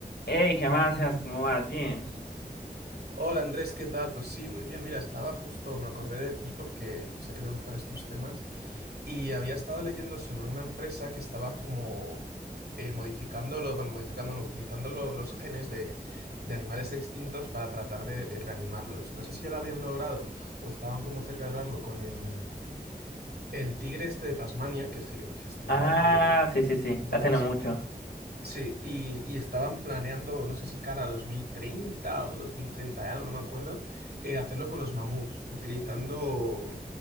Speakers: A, on the left; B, on the right.
A: Hey, ¿qué más haces? ¿Cómo vas? Bien.
B: Hola Andrés, ¿qué tal? Pues sí, muy bien. Mira, estaba justo, me acordé de ti porque pues, sé que te gustan estos temas y había estado leyendo sobre una empresa que estaba como eh, modificando, lo- bueno, modificando, no, utilizando lo- los genes de, de animales extintos para tratar de, de reanimarlos. No sé si ya lo habían logrado o estaban como cerca de lograrlo con el, el tigre este de Tasmania que se, que se extinguió
A: Ah,
B: hace
A: sí, sí, sí,
B: algo
A: hace
B: así.
A: no mucho.
B: Sí, y, y estaban planeando, no sé si cara a 2030 o 2030 y algo, no me acuerdo, eh, hacerlo con los mamuts, utilizando